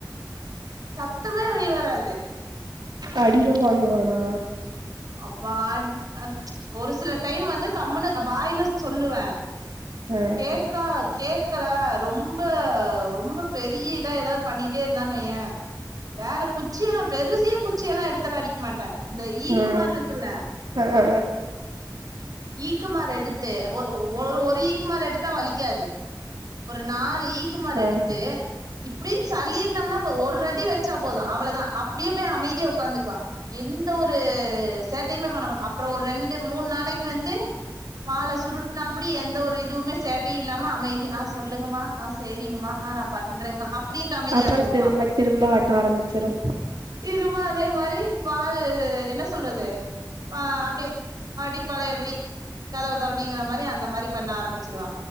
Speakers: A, on the right; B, on the right.
A: சத்தமே வெளி வராது
B: அடியில வாங்குவானா
A: அப்ப ஒரு சில டைம் வந்து கம்மனு வாயில சொல்லுவேன்
B: ஆ
A: கேக்கா கேக்கல ரொம்ப ரொம்ப பெரிய இதா ஏதாவது பண்ணிட்டே இருந்தன்னு வையேன் வேற குச்சி எல்லாம் பெரிய குச்சிலாம் எடுத்து அடிக்க மாட்டேன் அந்த ஈக்குமார்
B: ஆ
A: இருக்குல்ல
B: ஆ ஆ
A: ஈக்குமாார் எடுத்து ஒரு ஈக்குமார் எடுத் த வலிக்காது ஒரு நாள் ஈக்குமார்
B: ஆ
A: எடுத்து இப்டின்னு சல்லிருனொம்ன <unintelligible> ஒரு அடி வச்சா போது அவ்ளதா அப்படியே போய் அமைதியா உக்காந்துக்குவா எந்த ஒரு சேட்டையுமே பண்ணமா அப்புற ஒரு ரெண்டு மூணு நாளைக் வந்து வாழ சுருட்டனாப்படி எந்த ஒரு இதுவுமே சேட்டை இல்லாம அமைதி அ சொல்லுங்கமா அ சரிங்கமா அ பண்றேங்கம அப்ப அப்டின்னு அமைதியருந்துக்குவான்
B: அப்புறோ திரும்ப திரும்ப ஆட்ட ஆரம்பிச்சிரு
A: திரும்ப அதே மாரி வாலு என்ன சொல்றது அப்டிய படி பழயபடி கதவ தொறடிங்கற மாரி அந்த மாரி பண்ண ஆரம்பிச்சிருவா